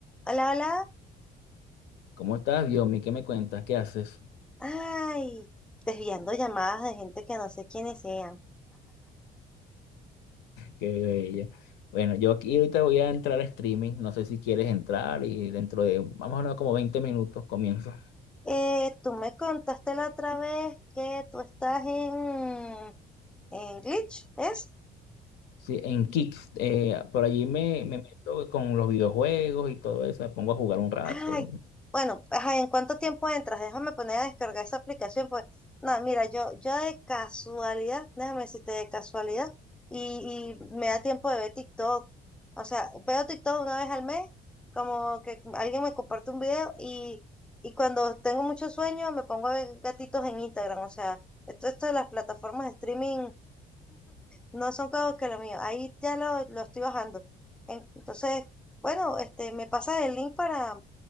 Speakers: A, in the centre; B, on the left (about 80°).
A: Hola, hola.
B: ¿Cómo estás, Diomi? ¿Qué me cuentas? ¿Qué haces?
A: Ay, desviando llamadas de gente que no sé quiénes sean.
B: Qué bella. Bueno, yo aquí ahorita voy a entrar a streaming. No sé si quieres entrar y dentro de, vamos a hablar como 20 minutos, comienzo.
A: Eh, tú me contaste la otra vez que tú estás en, en Glitch, ¿es?
B: Sí, en Kick. eh, por allí me, me meto con los videojuegos y todo eso. Me pongo a jugar un rato.
A: Ay, bueno, ajá, ¿en cuánto tiempo entras? Déjame poner a descargar esa aplicación, pues, no, mira, yo, yo de casualidad, déjame decirte de casualidad, y, y me da tiempo de ver TikTok, o sea, veo TikTok una vez al mes, como que alguien me comparte un video, y, y cuando tengo mucho sueño me pongo a ver gatitos en Instagram, o sea, esto, esto de las plataformas de streaming no son cosas que lo mío, ahí ya lo, lo estoy bajando, En- entonces, bueno, este, me pasas el link para